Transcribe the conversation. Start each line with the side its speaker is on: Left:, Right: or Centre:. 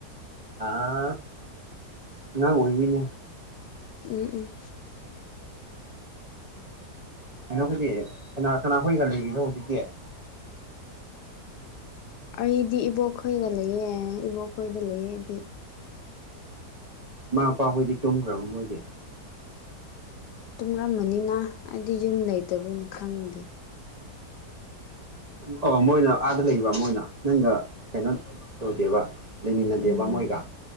Right: ꯑꯥ ꯉꯥꯡ ꯑꯣꯏꯏꯕꯤꯅꯦ
Left: ꯎꯝ ꯎꯝ
Right: ꯀꯩꯅꯣꯈꫭꯏꯗꯤ ꯀꯅꯥ ꯀꯅꯥꯍꯣꯏꯒ ꯂꯩꯔꯤꯅꯣ ꯍꯧꯖꯤꯛꯇꯤ
Left: ꯑꯩꯗꯤ ꯏꯕꯣꯛꯈꯣꯏꯒ ꯂꯩꯌꯦ ꯏꯕꯣꯛꯈꯣꯏꯗ ꯂꯩꯌꯦ ꯑꯩꯗꯤ
Right: ꯃꯃꯥ ꯃꯄꯥ ꯈꯣꯏꯗꯤ ꯇꯨꯝꯈ꯭ꯔꯕꫭ ꯃꯣꯏꯗꯤ
Left: ꯇꯨꯝꯔꯝꯃꯅꯤꯅ ꯑꯩꯗꯤ ꯌꯨꯝ ꯂꯩꯇꯕꯅ ꯈꯪꯗꯦ
Right: ꯑꯣ ꯑꯣ ꯃꯣꯏꯅ ꯑꯥꯗ ꯂꯩꯕ ꯃꫭꯏꯅ ꯅꯪꯒ ꯀꯩꯅꯣ ꯇꯧꯗꯦꯕ ꯂꯩꯃꯤꯟꯅꯗꯦꯕꯕꯥ
Left: ꯎꯝ
Right: ꯃꯣꯏꯒ